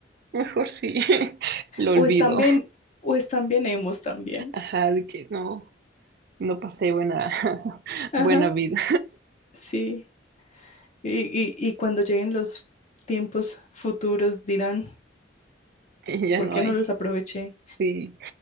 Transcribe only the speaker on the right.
mejor sí, <laughs> lo olvido.
Ajá, de que no, no pasé buena, <laughs>
buena vida
<laughs> y ya
no
hay.
Sí,